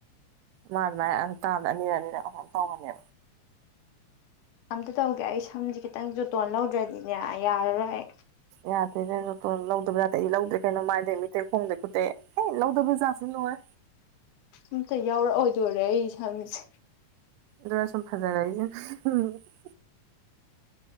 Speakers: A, on the right; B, on the left.
A: ꯃꯥ ꯃꯥꯥꯏ <unintelligible> ꯇꯧꯅꯦꯕ
B: ꯑꯝꯇ ꯇꯧꯒꯦ ꯑꯩ ꯁꯝꯁꯦ ꯈꯤꯇꯪ ꯖꯨꯇꯣꯟ ꯂꯧꯗ꯭ꯔꯗꯤꯅꯦ ꯌꯥꯔꯔꯣꯏ
A: ꯌꯥꯗꯦꯅꯦꯇ ꯂꯧꯗꯕ ꯌꯥꯥꯗꯦ ꯑꯩ ꯂꯧꯗ꯭ꯔꯦ ꯀꯩꯅꯣ ꯃꯥꯏꯗꯩ ꯃꯤꯇꯩ ꯈꯣꯡꯗꯩ ꯈꯨꯠꯇꯩ ꯍ ꯂꯧꯗꯕꯖꯥꯠꯁꯨ ꯂꯣꯏ
B: ꯑꯝꯇ ꯌꯥꯎꯔꯛꯑꯣꯏꯗꯣꯔꯦ ꯑꯩ ꯏꯁꯝꯁꯦ
A: ꯂꯣꯔ ꯁꯝ ꯐꯥꯖꯥꯒꯥꯏ <unintelligible>